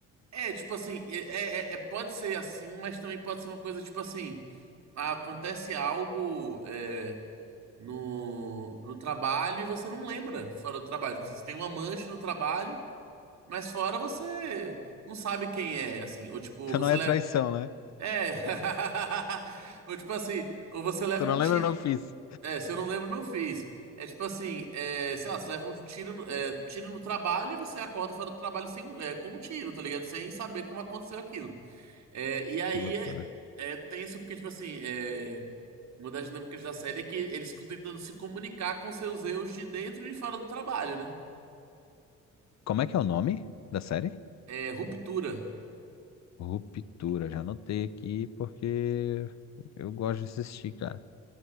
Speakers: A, on the right (about 65°); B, on the left (about 60°).
A: É, tipo assim, é, é- é- é, pode ser assim, mas também pode ser uma coisa, tipo assim, acontece algo. é, no, no trabalho e você não lembra fora do trabalho. Tipo assim, você tem uma mancha no trabalho, mas fora você não sabe quem é, assim. Ou tipo,
B: Então
A: você
B: não é
A: leva.
B: traição, né?
A: É. <laughs> Ou tipo assim, ou você leva
B: Tu
A: um
B: não
A: tiro.
B: lembra, eu não fiz.
A: É, se eu não lembro, não fiz. É tipo assim, é, sei lá, você leva um tiro, no- é, um tiro no trabalho e você acorda fora do trabalho sem, é, com um tiro, tá ligado? Sem saber como aconteceu aquilo. É, e aí
B: Que loucura.
A: é, é tenso porque, tipo assim, é. Uma das dinâmicas da série é que eles ficam tentando se comunicar com seus eus de dentro e de fora do trabalho, né?
B: Como é que é o nome da série?
A: É, ruptura.
B: Ruptura. Já anotei aqui porque eu gosto de assistir, cara.